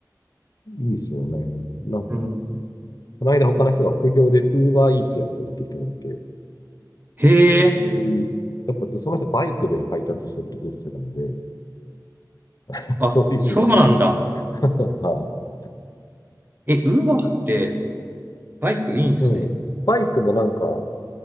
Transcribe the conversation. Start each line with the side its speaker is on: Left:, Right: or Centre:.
Left: いいですよね。なんか、
Right: うん。
Left: この間他の人が副業で UberEats やってるって人がいて、
Right: へえ、
Left: おいやっぱで、その人バイクで配達してるってしてたんで、<laughs>
Right: あ、
Left: そういう意味でもいいじ
Right: そうなんだ。
Left: ゃん。<laughs> はい。
Right: え、ウーバーってバイクいいんですね。
Left: うん。バイクもなんか、